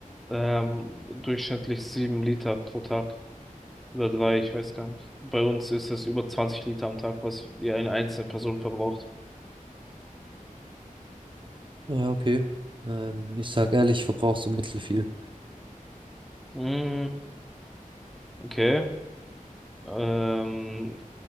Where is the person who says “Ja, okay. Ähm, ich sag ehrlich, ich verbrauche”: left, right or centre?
Right